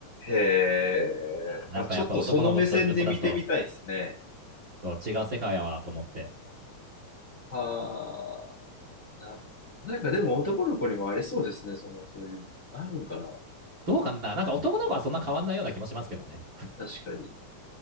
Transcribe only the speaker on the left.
へえ。
あちょっとその目線で見てみたいですね。
はあ、な、なんかでも男の子にもありそうですね、その、そういう、なるんかな。
確かに。